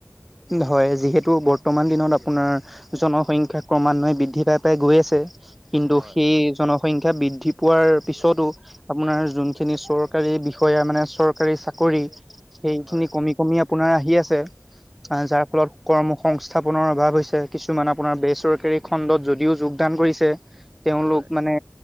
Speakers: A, in the centre; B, on the right (about 30°).
A: হয় যিহেতু বৰ্তমান দিনত আপোনাৰ জনসংখ্যা ক্ৰমান্বয়ে বৃদ্ধি পাই পাই গৈ আছে কিন্তু
B: হয়
A: সেই জনসংখ্যা বৃদ্ধি পোৱাৰ পিছতো আপোনাৰ যোনখিনি চৰ চকাৰী বিষয়া মানে, চৰকাৰী চাকৰি সেইখিনি
B: হয়
A: কমি কমি আপোনাৰ আহি আছে যাৰ ফলত কৰ্ম সংস্থাপনৰ অভাৱ হৈছে, কিছুমান আপোনাৰ বেচৰকাৰী খণ্ডত যদিও যোগদান কৰিছে তেওঁলোক
B: হয়
A: মানে,